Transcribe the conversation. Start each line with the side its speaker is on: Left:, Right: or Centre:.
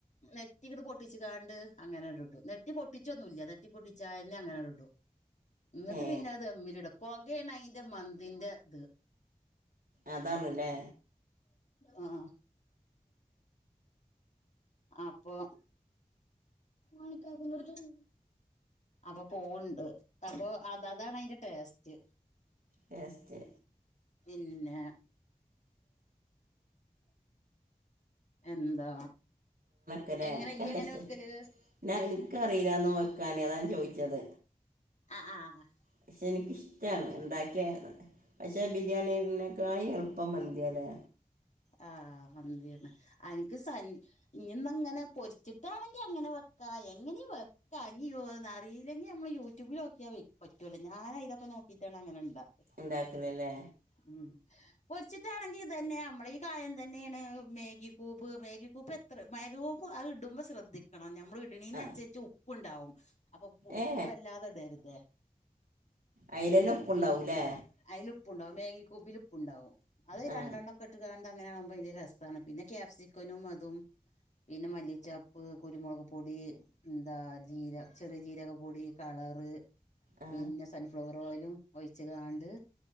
Left: നെറ്റിങ്ങട്ട് പൊട്ടിച്ച്ക്കാണ്ട് അങ്ങനിടും. നെട്ടി പൊട്ടിച്ചോന്നുല്ല നെട്ടി പൊട്ടി ചായന്നെ അങ്ങന ങ്ങണ്ട് ഇടും ന്നിട്ട്
Right: ഏ
Left: പിന്നെ അത് ദെമ്മില്ട പൊകേ ണ് അയിന്റെ മന്തിന്റെ ഇത്
Right: അതാണ്ലേ
Left: ആഹ് അപ്പൊ <inaudible> അപ്പൊ പോവ് ണ്ട് അപ്പൊ അതതാണ് അതിന്റെ ടേസ്റ്റ്
Right: ടേസ്റ്റ്
Left: പിന്നെ എന്താ?
Right: കലെ
Left: എങ്ങനെ
Right: <unintelligible>
Left: ഇയ്യ് എങ്ങനെ വെക്കല്
Right: എനിക്കറിയില്ലാന്നു വെക്കാന് അതാ ഞാൻ ചോദിച്ചത്
Left: ആഹ് ഹ ആ
Right: പക്ഷേ എനിക്കിഷ്ടാണ് ഉണ്ടാക്കിയന്ന് പക്ഷേ ബിരിയാണിരിനേക്കായി എളുപ്പം മന്തിയാലേ
Left: ആഹ് മന്തിയാണ് അനക്ക് സൻ ഇനിന്നങ്ങനെ പൊരിച്ചിട്ടാണെങ്കി അങ്ങനെ വെക്കാ എങ്ങനെ വെക്ക കഞ്ഞി വ് അറിയില്ലെങ്കി നമ്മള് യൂട്യൂബിലോക്കിയാ പറ്റുല്ലോ ഞാൻ അയിലൊക്കെ നോക്കീറ്റാണ് അങ്ങനെ ഇണ്ടാ
Right: ഉണ്ടാക്കലല്ലേ
Left: ഉ പൊരിച്ചിട്ടാണെങ്കിൽ ഇ തന്നെനമ്മളീ തന്നെയാണ് മേഗി കൂബ് മേഗി കൂബ് എത്ര മേഗി കൂബ് അത് ഇടു മ്പോൾ ശ്രദ്ധിക്കണം ഞ നമ്മള് ഇട്ണീനനുസരിച്ച്
Right: ആ
Left: ഉപ്പു ണ്ടാവും അപ്പൊ ഉപ്പ്
Right: ഏ
Left: വല്ലാതെ ഇടരുത്
Right: അയിലന്നെ ഉപ്പ്ണ്ടാവുലെ
Left: പിൻ അയില് ഉപ്പ്ണ്ടാവുംമേഗി കൂബില് ഉപ്പ്ണ്ടാവും അത്
Right: ആ
Left: രണ്ടണ്ണം കാണ്ട് അങ്ങനെ ആവുമ്പോ അയിന്റ രസാണ് പിന്നെ ക്യാഫ് സിക്കനും അതും പിന്നെ മല്ലിച്ചപ്പ് കുരുമുളക് പൊടി ന്താ ജീര ചെറിയ ജീരക പൊടി കളറ്
Right: ആ
Left: പിന്നെ സൺഫ്ലവർ ഓയലുംഒയിച്ച് കാണ്ട്